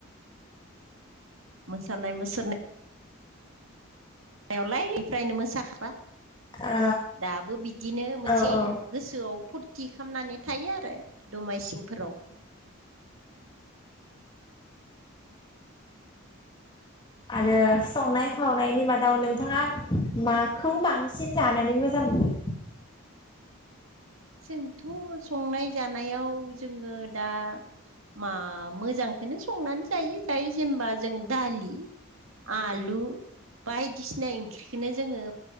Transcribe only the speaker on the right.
मोसानाय मुसुरनाय आवलाय फ्रायनो मोसाखाग्रा
दाबो बिदिनो मोनसे
गोसोआव फुरथि खालामनानै थायो आरो दमाइसिंफोराव <inaudible>
<inaudible> जोंथ' संनाय जानायाव जोङो दा मा मोजांखोनो संनानै जायो जायो जेनबा जों दालि आलु बायदिसिना ओंख्रिखौनो जोङो